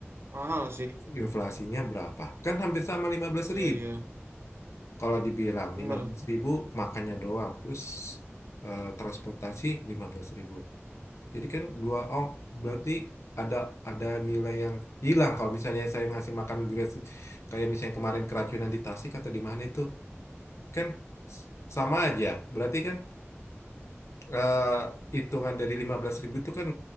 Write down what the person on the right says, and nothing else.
mahal sih.
Iya,
iya.
Bener.